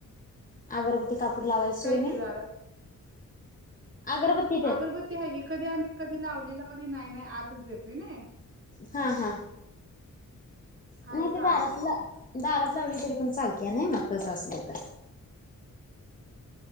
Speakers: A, on the left; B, on the right.
A: अगरबती ते कापूर लावायची सोय
B: काय ते
A: नाही?
B: दारात
A: अगरबत्ती तेन
B: अगरबत्ती आहे की कधी आम्ही कधी लावली लावली नाही नाही आतच देतोय नाय
A: हा हा.
B: हाय
A: नाही
B: असं
A: ते दारातलं
B: आत देत होतो.
A: दारात लावली तरी पण चालते नाही मग तसं असलं तर